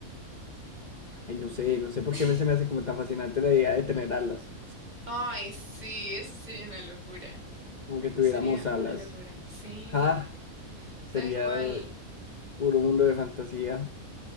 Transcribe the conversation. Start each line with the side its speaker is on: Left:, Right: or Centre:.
Left: Ay, no sé, no sé por
Right: <laughs>
Left: qué me- se me hace como tan fascinante la idea de tener alas.
Right: Ay, sí, eso sería una locura.
Left: Como que tuviéramos
Right: Eso Sería
Left: alas.
Right: una locura. Sí,
Left: Ah, sería
Right: tal cual.
Left: puro mundo de fantasía.